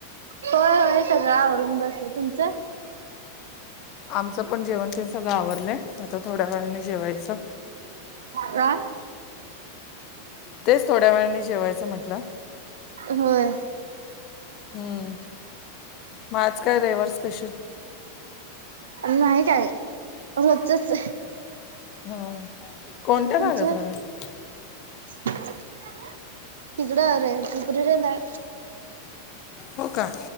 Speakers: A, on the right; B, on the left.
A: होय होय सगळं आवरून बसले, तुमचं?
B: आमचं पण जेवण ते सगळं आवरलंय आहे आता थोड्या वेळाने जेवायचं.
A: का?
B: तेच थोड्या वेळाने जेवायचं म्हटलं.
A: होय.
B: म आज काय रविवार स्पेशल.
A: नाही काय रोजचच.
B: हम कोणत्या
A: तुमचं
B: भागात राहतात.
A: तिकडं अ रे हुपरी रेंदाळ.
B: हो का